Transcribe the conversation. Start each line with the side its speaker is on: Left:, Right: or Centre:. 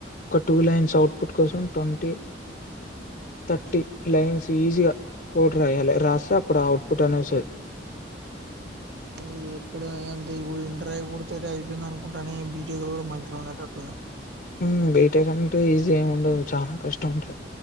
Left: ఒక టూ లైన్స్ ఔట్పుట్ కోసం ట్వంటీ థర్టీ లైన్స్ ఈజీగా కోడ్ రాయాలే రాస్తే అప్పుడు ఔట్పుట్ అనేస్తుద్
Right: ఇది ఎక్కడ అంత ఇప్పుడు ఇంటర్ ఐపోడు అయిపోయింది అనుకుంటానే బీటెక్లో గుడా మంచిగా ఉండేటట్టుంది
Left: ఉమ్ బీటెకంటే ఈజీ ఏమ్ ఉండదు చాలా కష్టం ఉంటది